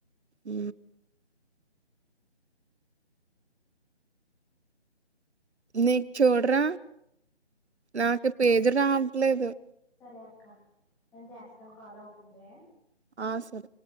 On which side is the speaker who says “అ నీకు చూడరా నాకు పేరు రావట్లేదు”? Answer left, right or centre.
Right